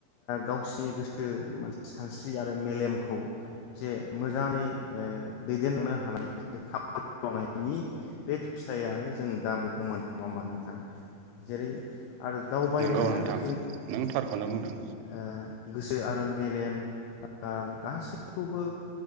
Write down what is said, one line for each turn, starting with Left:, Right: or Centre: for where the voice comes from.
Left: गावसिनि गोसो माने सानस्रि आरो मेलेमखौ जे मोजाङै ओ दैदेनलांनो हानायनि जे <unintelligible> खामानि मावनायनि बे फिथायानो जों दा बेखौ मोननाय नङा होम्बा नोंथां जेरै आरो दावबायनाया
Right: नंगौ नोंथां
Left: जों
Right: नों थार खौनो बुंदों
Left: ओ गोसो आरो मेलेम ओ गासैखौबो